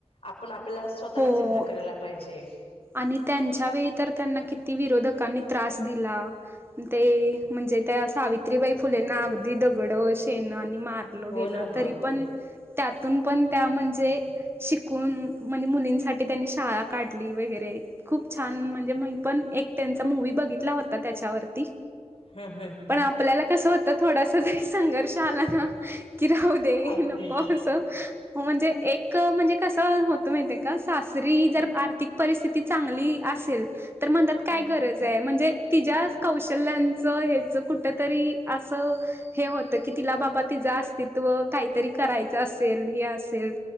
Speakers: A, on the left; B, on the right.
A: आपण आप ल्याला स्वताला
B: हो
A: सिद्ध पायजे.
B: आणि त्यांच्या वेळीतर त्यांना किती विरोधकांनी त्रास दिला. ते म्हंजे त्या सावित्रीबाई फुलेंना अगदी दगडं, शेणं आणि मारलं
A: हो
B: गेलं
A: ना ग
B: तरीपन त्यातून पन त्या मं जे शिकून म्हंजे मुलींसाठी त्यांनी शाळा काढली वेगेरे रे खूप छान म्हंजे मैपन एक त्यांचा मूवी बघितला होता त्याच्यावरती.
A: हम्म हम्म
B: पण आपल्याला कसं होतं थोडासा जरी संघर्ष आलाना. कि राहुदे
A: अगदीच
B: नको अस म्हंजे एकअ म्हंजे कस हो त म्हैतेका सासरी
A: हम्म
B: जर आर्थिक परिस्थिती चांगली असेल तर म्हनतात काय
A: हम्म
B: गरजाय म्हंजे तिज्याज कौशल्यांच हेंच कुटतरी असं हे होतकी तिला बाबा ते तिज अस्तित्व काहीतरी करायचं असेल हे असेल.